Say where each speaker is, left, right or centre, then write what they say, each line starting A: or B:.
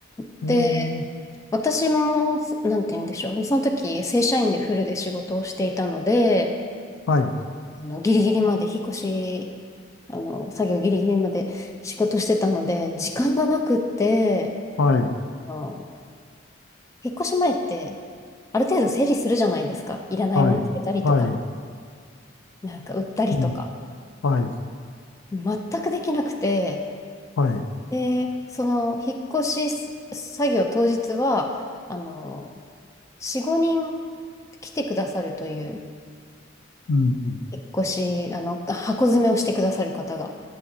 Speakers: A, on the left (about 15°); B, on the left (about 85°).
A: で、
B: ええ
A: 私も、なんて言うんでしょう。その時、正社員でフルで仕事をしていたので、
B: はい、
A: あの、ギリギリまで引っ越し、あの、作業ギリギリまで仕事してたので、時間がなくって、
B: はい、
A: あの、引っ越し前って、ある程度整理するじゃないですか。いらないもの捨てたりとか、
B: はい、はい、
A: なんか売ったりとか。
B: うん、はい、
A: 全くできなくて、
B: はい、
A: で、その、引っ越しす作業当日は、あの、4、5人来てくださるという、
B: うん、
A: 引っ越し、あの、箱詰めをしてくださる方が。